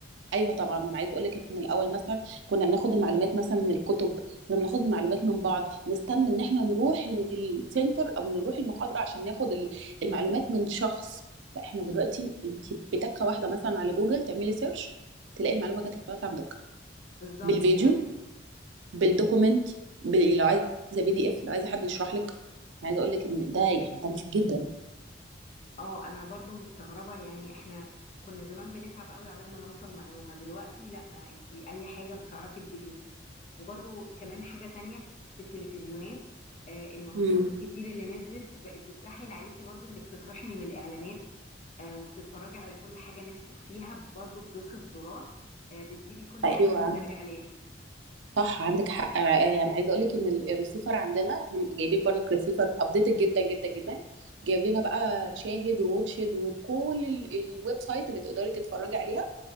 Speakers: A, on the right; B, on the left.
A: ايوه طبعا انا عايز اقول لك ان الاول مثلا كنا بناخد المعلومات مثلا من الكتب كنا بناخد المعلومات من بعض نستنى ان احنا نروح للسنتر او نروح المحاضره عشان ناخد ال- المعلومات من شخص لا احنا دلوقتي انت بتكه واحده مثلا على جوجل تعملي سيرش تلاقي المعلومه جات لك لغايه عندك
B: بالظبط
A: بالفيديو
B: يعني
A: بالدوكومنت ب- لو عايزه بي دي اف لو عايزه حد يشرح لك أنا عايزه اقول لك ان ده يعني ده مفيد جدا
B: اه انا برضو مستغربة يعني احنا كنا زمان بنتعب قوي عقبال ما نوصل معلومة دلوقتي لا انتي اي حاجة بتعرفي تجيبيها وبرضو كمان حاجة تانية في التلفزيونات آه، المنصات
A: مم.
B: الكتير اللي نزلت بقت بتسهل عليكي برضو انك تترحمي من الاعلانات آه، وبتتفرجي على كل حاجة نفسك فيها برضو بدوسة زرار آه، بتجيبي كل
A: ايوه
B: حاجة من غير اعلان
A: صح عندك حق انا أنا عايزه اقول لك ان ال- الريسيفر عندنا احنا جايبين برضك ريسيفر ابديتد جدا جدا جدا جايب لنا بقى شاهد ووتشد وكل ال- الويب سايت اللي تقدري تتفرجي عليها